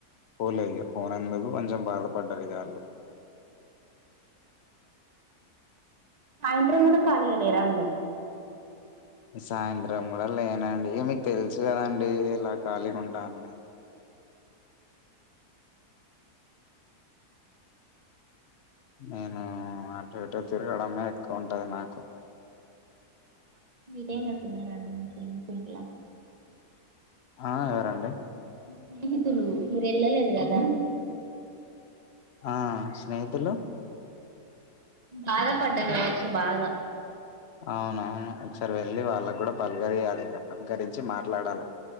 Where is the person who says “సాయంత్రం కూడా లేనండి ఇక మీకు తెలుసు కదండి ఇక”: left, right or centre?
Left